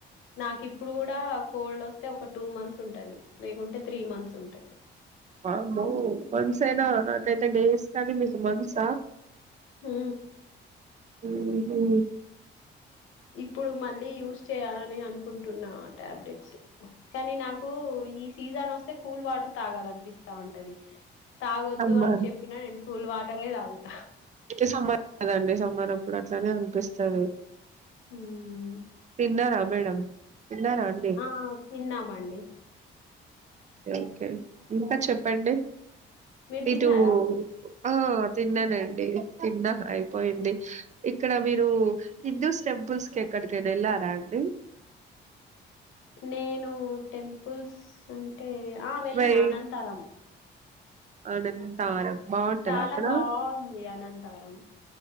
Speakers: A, on the left; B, on the right.
A: నాకి ఇప్పుడు కూడా కోల్డ్ వస్తే ఒక టూ మంత్స్ ఉంటది. లేకుంటే త్రీ మంత్స్ ఉంటది.
B: వామ్మో మంత్సైన నాకైతే డేస్ కానీ మీకు మంత్స
A: హూ
B: ఉ హు
A: ఇప్పుడు మళ్ళీ యూస్ చేయాలని అనుకుంటున్నా టాబ్లెట్స్ కానీ నాకు ఈ సీజన్ వస్త స్తే కూల్ వాటర్ తాగాలనిపిస్తాంటది. తాగొద్దు
B: సమ్మర్
A: అని చెప్పినా నేను కూల్ వాటరే తాగుత
B: ఏ సమ్మర్ కదండి సమ్మర్ అప్పుడు అట్లనే అనిపిస్తది.
A: హ్మ్.
B: తిన్నర మేడం తిన్నారా అండి
A: ఆయ్ తిన్నామండి
B: ఇక ఓకే ఇంక చెప్ప పండి
A: మీరు
B: ఇటు
A: తిన్నారా?
B: ఆ తిన్ననే లేదు తిన్న అయిపోయింది ఇక్కడ మీరు హిందూస్ టెంపుల్స్ కి ఎక్కడికైనా వెళ్ళారా అండి
A: నేనూ టెంపుల్స్ అంటే టే ఆ వెళ్ళినా
B: వై
A: అనంతారం
B: అనంతారం బాగుంటదా
A: చాల
B: అక్కడ
A: బావుంది అనంతారం